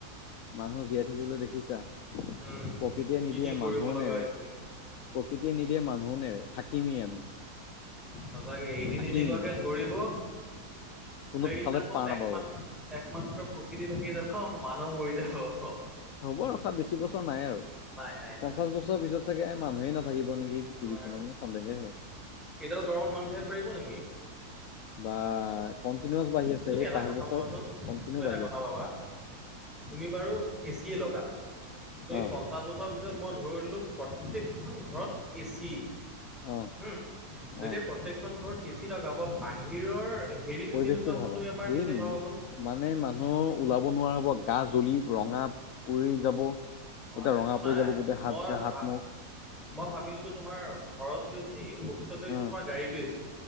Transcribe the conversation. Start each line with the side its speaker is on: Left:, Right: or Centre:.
Left: মানুহ জীয়াই থাকিবলৈ দেখিছা। প্ৰকৃতিয়ে
Centre: উম, কি
Left: নিদিয়ে
Centre: কি কৰিব
Left: মানুহো
Centre: লগা
Left: নেৰে,
Centre: হৈছে।
Left: প্ৰকৃতিয়ে নিদিয়ে মানুহো নেৰে, থাকিমেই আমি।
Centre: সঁচাকে এদিন
Left: থাকিমেই
Centre: এনেকুৱাকে ধৰিব
Left: কোনো
Centre: সেইদিনাখন
Left: ফালে পাৰ নাপাব
Centre: একমাত্ৰ একমাত্ৰ প্ৰকৃতি থাকি যাব মানুহ মৰি যাব।
Left: হ'ব ৰখা বেছি বছৰ নাই আৰু
Centre: নাই নাই
Left: পঞ্চাশ
Centre: নাই
Left: বছৰ পিছত চাগে মানুহেই নাথাকিব নেকি পৃথিৱীখনত
Centre: নাই।
Left: মোৰ সন্দেহে হয়।
Centre: এইডাল গৰমত মানুহ থাকিব পাৰিব নেকি?
Left: বা কণ্টিনুৱাছ বাঢ়ি আছে,
Centre: তুমি
Left: এই
Centre: এটা
Left: পাঁচ
Centre: কথা
Left: বছৰত
Centre: ভাবাচোন,
Left: কণ্টিনিউ
Centre: তুমি এটা
Left: বাঢ়ি
Centre: কথা
Left: আছে।
Centre: ভাবা তুমি বাৰু এচিয়ে লগালা, তুমি
Left: অ
Centre: পঞ্চাছ বছৰ পিছত মই ধৰি ললোঁ প্ৰত্যেক প্ৰত্যেক খন ঘৰত এ চি
Left: অ
Centre: হুম। যেতিয়া
Left: অ
Centre: প্ৰত্যেক খন ঘৰত এ চি লগাব, বাহিৰৰ হেৰিতো
Left: পৰিৱেশটো
Centre: কেনেকুৱা হ'ব
Left: ভাবা
Centre: তুমি এবাৰ
Left: এই
Centre: নিজে ভাবাচোন
Left: মানে মানুহ ওলাব নোৱাৰা হ'ব, গা জ্বলি ৰঙা পৰি যাব। গোটেই
Centre: অইন
Left: ৰঙা
Centre: একো নাই,
Left: গোটেই হাত
Centre: মই
Left: হাত
Centre: ভা
Left: মুখ
Centre: মই ভাবি ললো তোমাৰ ঘৰতো এ চি অফিচতো এ
Left: উম
Centre: চি তোমাৰ গাড়ীতো এ চি।